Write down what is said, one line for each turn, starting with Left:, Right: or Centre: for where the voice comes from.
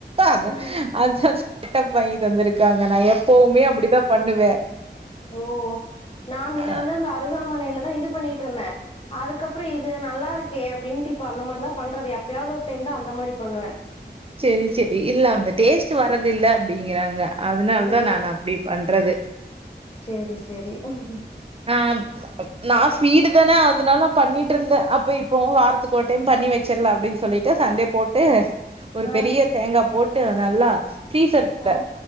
Right: அதா
Left: ஓ
Right: அதா செட்டப் வாங்கிட்டு வந்திருக்காங்க நா எப்பவுமே அப்டிதா பண்ணுவே
Left: ஓ நா மின்ன
Right: அ.
Left: வந்து அந்த அருகாமனைல தா இது பண்ணிகிட்ருந்தே அதுக்கப்றோ இது நல்லா இருக்கே அப்டின்ட்டு இப்ப அந்த மாருதா பண்றது எப்பயாவ்து ஒரு டைம் தா அந்த மாரி பண்ணுவே
Right: சேரி சேரி இல்ல அந்த டேஸ்ட்டு வர்றதில்ல அப்டிங்கிறாங்க அதுனால்தா
Left: ஓ
Right: நானு அப்டி பண்றது
Left: சேரி செரி ம்
Right: ஆ நா ஸ்பீடு தான அதுனால நா பண்ணிட்ருந்த அப்ப இப்போவு வாரத்துக்கொரு டைம் பண் ணி வெச்சர்லா அப்டின் சொல்லிட்டு சண்டே போட்டு ஒரு
Left: ஆ
Right: பெரிய தேங்கா போட்டு நல்லா ஃப்ரீசர்க்கிட்ட
Left: ம்